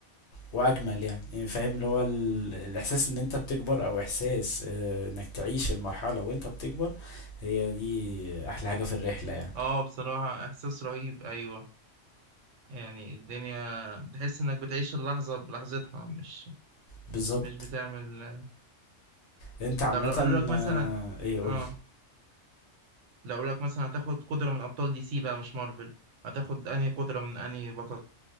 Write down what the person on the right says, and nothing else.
اه بصراحة إحساس رهيب أيوة يعني الدنيا بتحس إنك بتعيش اللحظة بلحظتها مش
مش بتعمل
طب لو قالوا لك مثلا
اه لو قالوا لك مثلا هتاخد قدرة من أبطال دي سي بقى مش مارفل هتاخد أنهي قدرة من أنهي بطل